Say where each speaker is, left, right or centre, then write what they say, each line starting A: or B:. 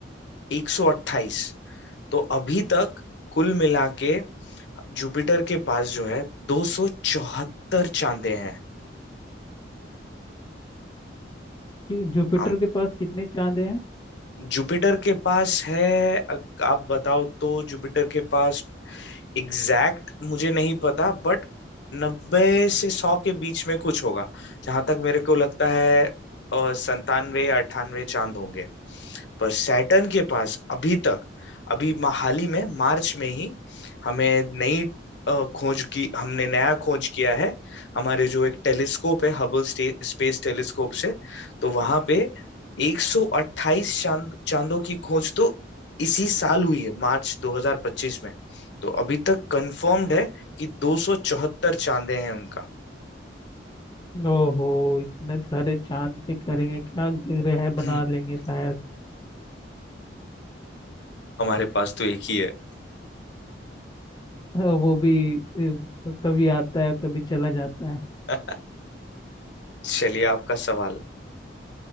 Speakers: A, on the left (about 70°); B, on the left (about 25°).
A: 128 तो अभी तक कुल मिला के जुपिटर के पास जो है 274 चांदे हैं
B: कि जुपिटर
A: हम
B: के पास कितने चांद हैं
A: जुपिटर के पास है अग- आप बताओ तो जुपिटर के पास एग्जैक्ट मुझे नहीं पता बट नब्बे से सौ के बीच में कुछ होगा जहां तक मेरे को लगता है संतानवे या अट्ठानवे चांद होंगे पर सैटर्न के पास अभी तक अभी मा- हाल ही में मार्च में ही हमें नई अ, खोज की हमने नया खोज किया है हमारे जो एक टेलीस्कोप है हबल स्पेस टेलीस्कोप से तो वहां पे 128 चांद चांदों की खोज तो इसी साल हुई है मार्च 2025 तो अभी तक कंफर्म्ड है कि 274 चांदे हैं उनका
B: ओहो इतने सारे चांद पे करेंगे क्या ग्रह
A: <laughs>
B: बना लेंगे शायद
A: हमारे पास तो एक ही है
B: हाँ, वो भी अ, कभी आता है कभी चला जाता है
A: <laughs> चलिए आपका सवाल